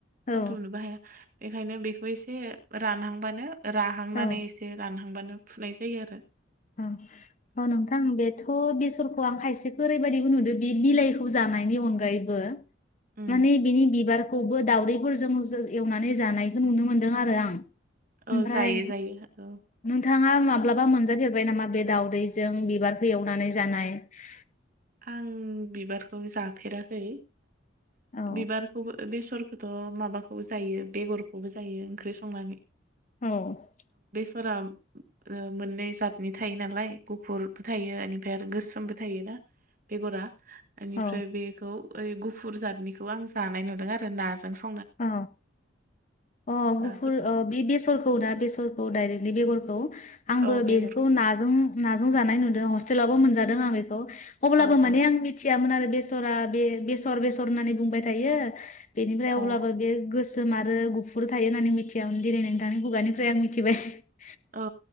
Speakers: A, on the right; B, on the left.
A: खनथ
B: औ
A: बनोबो हाया। बेखायनो बेखौ एसे रानहांबानो राहांनानै
B: औ
A: एसे रानहांबानो फुनाय जायो आरो ।
B: अ अ नोंथां बेथ बेसरखौ आं खायसे ओरैबायाददिबो नुदों बि बिलाइखौ जानायनि अनगायैबो
A: उम
B: माने बिनि बिबार खौबो दाउदैफोरजों एवनानै जानायखौ नुनो मोनदों आरो आं
A: औ
B: ओमफ्राय
A: जायो जायो औ ।
B: नोंथाङा माब्लाबा मोनजा फेर बाय नामा बे दावदै? जों बिबारखौ एवनानै जानाय ।
A: आं बिबारखौ जाफेराखै
B: औ
A: बिबारखौ बेसे सोरखथ' माबाखौबो जायो बेगरखौबो जायो ओंख्रि संनानै ।
B: औ ।
A: फोरा मोननै जातनि थायो नालाय गुफुरबो थायो ओमफ्राय आरो गोसोमबो थायो ना? बेगरा बेनिफ्राय
B: औ
A: बेखौ ओइ गुफुर जादनिखौ आं जानाय नुदों आरो नाजों स
B: औ अ' गुफुर
A: नाफोरजों
B: ओ बे बेसरखौ ना बेसरखौ दायरेक्टलि बेगर औ। आंबो
A: औ बेगर
B: बेखौ नाजों नाजों जानाय नुदों हस्टेलावबो मोनजादों आं बेखौ । अब्लाबो
A: औ
B: माने
A: औ
B: आं मिथियामोन आरो बेसरा बे बेसर बेसर होननानै बुंबाय थायो बेनिफ्राय
A: औ
B: अब्ला बे गोसोम आरो गुफुर थायो होननानै मिथियामोन दिनै नोंथांनि खुगानिफ्राय आं मिथिबाय ।
A: औ